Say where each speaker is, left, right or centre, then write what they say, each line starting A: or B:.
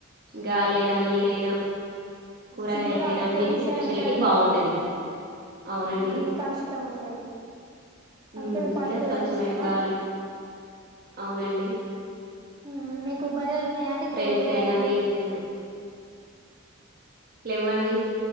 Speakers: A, on the right; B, on the right.
A: గాలి అయినా, నీరైనా. కూరగాయలకైనా
B: సిటీలో అంత
A: అన్నిటికీ
B: పొల్యూషన్
A: స్పెషాలిటీ
B: ఉంటది
A: బాగవుంటది. అవునండి,
B: అన్నిటి కలుషితం ఉంటాయి అందుకే
A: ఉమ్
B: మీ పల్లెటూరు
A: ఇగా స్వచ్ఛమైన
B: అంటే ఇష్టమా
A: గాలి. అవునండి.
B: హు హుమ్మ్ మీకు బార్. ర్రెలు ఉన్నాయా అండి.
A: ఫ్రెండ్స్
B: కోళ్ళు,
A: అయినా
B: బర్రెలు.
A: దేనికైనా లేవ్వండి.